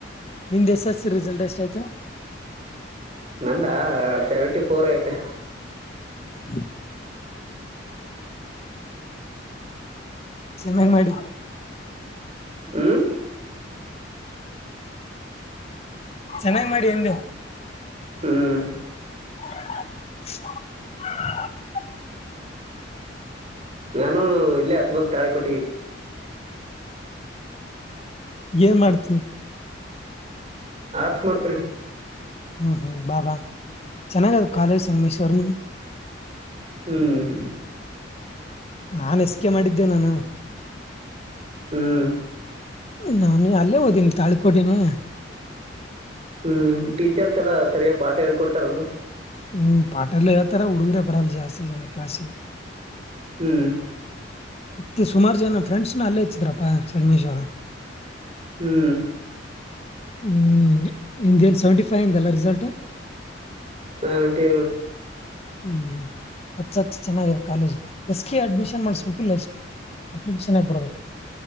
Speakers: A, on the left (about 35°); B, on the right (about 35°).
A: ನಿಮ್ದ್ ಎಸ್ ಎಸ್ ಸಿ ರಿಸಲ್ಟ್ ಎಷ್ಟಾಯ್ತು.
B: ನಂದ ಸೆವೆಂಟಿ ಫೋರ್ ಐತೆ
A: ಹ್ಮ. ಚೆನ್ನಾಗಿ ಮಾಡಿ.
B: ಹ್ಮ್.
A: ಚೆನ್ನಾಗ್ ಮಾಡಿ ನಿಂದು.
B: ಹ್ಮ್.
A: ಹ್ಮ್ಮ್.
B: ನಾನು ಇಲ್ಲೇ ಹಚ್ಬಕ್ ತಾಳೆ ಕೊಟ್ಟ.
A: ಏನ್ ಮಾಡ್ತಿ.
B: ಆರ್ಟ್ಸ್ ಮಾಡ್ತೇನಿ.
A: ಹ್ಮ್ ಹ್ಮ್ ಬಾಬಾ ಚೆನ್ನಾಗ ಅದ ಕಾಲೇಜ್ ಸಂಗಮೇಶ್ವರ್ನು.
B: ಹ್ಮ್.
A: ನಾನು ಎಸ್ ಕೆ ಮಾಡಿದ್ದೆ ನಾನು.
B: ಹ್ಮ್.
A: ನಾನು ಅಲ್ಲೇ ಓದೀನಿ ತಾಳಿಕೋಟಿನೇ.
B: ಹ್ಮ್ ಟೀಚರ್ಸ್ ಎಲ್ಲ ಸರಿಯಾಗಿ ಪಾಠ ಹೇಳ್ಕೊಡ್ತಾರ ಅವರು.
A: ಹ್ಮ್ ಪಾಠ ಎಲ್ಲ ಹೇಳ್ತಾರ ಹುಡುಗರ ಬರಲ್ಲ ಜಾಸ್ತಿ ಜನ ಕ್ಲಾಾಸಿಗೆ.
B: ಹ್ಮ್.
A: ಮತ್ತೆ ಸುಮಾರು ಜನ ಫ್ರೆಂಡ್ಸ್ನು ಅಲ್ಲೇ ಇಚ್ಚಿದ್ರಪ್ಪ ಸಗಮೇಶ್ವರ.
B: ಹ್ಮ್.
A: ಹ್ಮ್ ನಿ್ದೇನ್ ಸೆವೆಂಟಿ ಫೈವ್ ಇಂದ ಅಲ್ಲ ರಿಸಲ್ಟ್.
B: ಸೆವೆಂಟಿ.
A: ಹ್ಮ್ ಅತ್ ಹತ್ ಚೆನ್ನಾಗಿದೆ ಕಾಲೇಜು ಎಸ್ ಕೆ ಅಡ್ಮಿಷನ್ ಮಾಡ್ಸ್ಬೇಕಿಲ್ಲ ಎಷ್ಟ, ಅಪ್ಲಿಕೇಶನ್ ಬರಬೇಕ.